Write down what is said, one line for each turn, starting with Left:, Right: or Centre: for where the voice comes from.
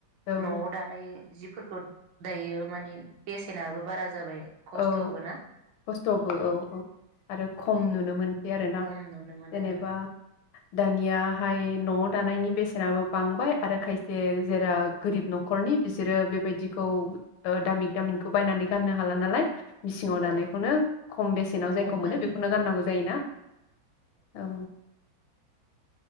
Left: औ
Right: नआव दानाय जिफोरखौ दायो माने बेसेनाबो बारा जाबाय। खस्थ'बो
Left: औ
Right: ना
Left: खस्थबो औ औ आरो खम
Right: ओमफ्राय
Left: नुनो मोनसै आरोना
Right: खम नुनो मोनो
Left: जेनेबा दानियाहाय न'आव दानायनि बेसेनाबो बांबाय आरो खाय से जेरा गोरिब न'खरनि बिसोरो बेबायदिखौ दामि दामिनखौ बायनानै गाननो हाला नालाय मिसिङाव
Right: औ
Left: दानायखौनो खम बेसेनाव
Right: खम
Left: जायखौ मोनो
Right: दामियाव
Left: बेखौनो गाननांगौ जायोना? औ